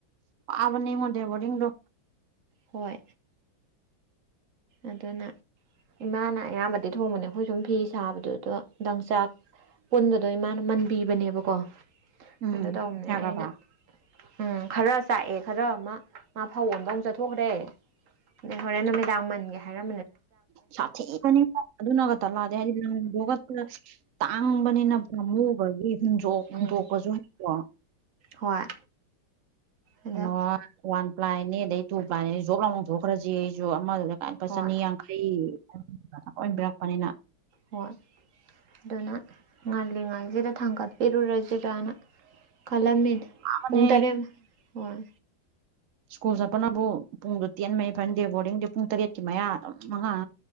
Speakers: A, on the right (about 70°); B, on the right (about 50°).
A: ꯑꯥꯕꯅꯤ ꯃꯗꯦꯕꯗꯣ
B: ꯍꯣꯏ ꯑꯗꯨꯅ ꯏꯃꯥꯅ ꯑꯌꯥꯝꯕꯗꯤ ꯊꯣꯡꯕꯅꯦ ꯑꯩꯈꯣꯏ ꯁꯨꯝ ꯐꯤ ꯁꯥꯕꯗꯨꯗꯣ ꯗꯪꯆꯥꯛ ꯄꯨꯟꯕꯗꯣ ꯃꯥꯅ ꯃꯟꯕꯤꯕꯅꯦꯕꯀꯣ
A: ꯎꯝ
B: ꯑꯗꯨ ꯇꯧꯕꯅꯦ
A: ꯌꯥꯒ꯭ꯔꯕ
B: ꯑꯩꯅ ꯎꯝ ꯈꯔ ꯆꯥꯛꯑꯦ ꯈꯔ ꯃꯥ ꯃꯥ ꯐꯧꯣꯟꯗ ꯑꯃꯨꯛ ꯆꯠꯊꯣꯛꯈ꯭ꯔꯦ ꯑꯗꯩ ꯍꯣꯔꯦꯟ ꯅꯨꯃꯤꯗꯥꯡ ꯃꯟꯒꯦ ꯍꯥꯏꯔ
A: ꯁꯥꯊꯤꯒꯅꯤ ꯑꯗꯨꯅꯒꯛꯇꯂꯥꯑꯗꯦ ꯍꯥꯏꯗꯤ ꯅꯪꯒ ꯑꯪꯕꯅꯤꯅ ꯄꯥꯃꯨꯈꯒꯤꯇꯣꯛꯄꯁꯨꯀꯣ
B: ꯎꯝ ꯍꯣꯏ ꯑꯗ
A: ꯀꯩꯅꯣ ꯋꯥꯟ ꯄ꯭ꯂꯥꯏꯅꯤ ꯑꯗꯩ ꯇꯨ ꯄ꯭ꯂꯥꯏꯅꯤ ꯖꯣꯞ ꯂꯥꯎ ꯂꯥꯎꯊꯣꯛꯈ꯭ꯔꯁꯤ ꯑꯩꯁꯨ ꯑꯃꯗꯨꯗ ꯂ ꯂꯄꯥ
B: ꯍꯣꯏ
A: ꯆꯅꯤ ꯌꯥꯡꯈꯩ ꯑꯣꯏꯟꯕꯤꯔꯛꯄꯅꯤꯅ
B: ꯍ ꯑꯗꯨꯅ ꯉꯜꯂꯤꯉꯩꯁꯤꯗ ꯊꯥꯡꯒꯠꯄꯤꯔꯨꯔꯁꯤꯔꯅ ꯈꯜꯂꯝꯃꯤ
A: ꯃꯥꯅꯦ
B: ꯄꯨꯡ ꯇꯥꯔꯦ ꯍꯣꯏ
A: ꯁ꯭ꯀꯨꯜ ꯆꯠꯄꯅꯕꯨ ꯄꯨꯡꯗꯣ ꯇꯦꯟ ꯃꯔꯤ ꯐꯟꯗꯦ ꯕꯣꯔꯗꯤꯡꯗꯤ ꯄꯨꯡ ꯇꯔꯦꯠꯀꯤ ꯃꯌꯥ ꯑꯗꯨꯝ ꯃꯉꯥ